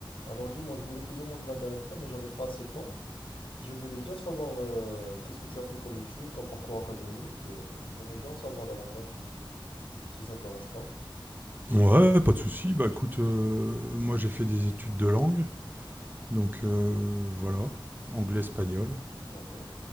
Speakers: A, on the left (about 90°); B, on the right (about 20°).
A: Alors dis-moi, je voulais te demander la dernière fois, mais j'avais pas assez de temps. Je voulais bien savoir euh, qu'est-ce que tu as fait comme études, ton parcours académique. euh, j'aimerais bien en savoir davantage, si ça te dérange pas.
B: Ouais, pas de souci. Bah écoute, heu, moi j'ai fait des études de langue, donc heu, voilà, anglais-espagnol
A: D'accord.